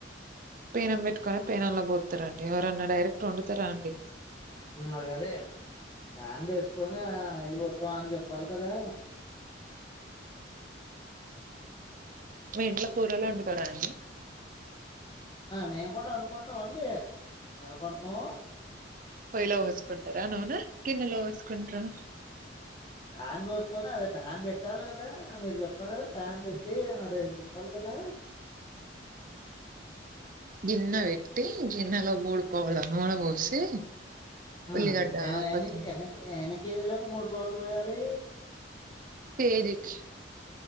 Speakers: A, on the right; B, on the left.
A: పేనం పెట్టుకునే పేనంలో బతు రండి ఎవరన్నా డైరెక్ట్ వండుతారా అండి
B: మరి అదే దాన్ వేసుకొని వెళ్ళిపోతాం అని చెప్పాలి కదా
A: మా ఇంట్లో కూరలు వండు కొరని
B: మేము కూడా అనుకుంటాం అండి ఎందుకనుకోము
A: పొయ్యిలో పోసుకుంటారా నూనె గిన్నెలో పోసుకుంటారా
B: ప్యాన్ పోసుకొని అదే ప్యాన్ పెట్టాలి కదా మీరు చెప్పారు కదా ప్యాన్ పెట్టి ఎమ్ అరేయ్ దా
A: గిన్నె పెట్టి గిన్నెలో మూడుపోవుల నూనె పోసి
B: హ
A: ఉల్లిగడ్డ
B: హేనెక్కి
A: పచ్చి
B: హేనెక్కి హేనిక్ కేజీలకు మూడు పావులు పోయాలి
A: తేరిచ్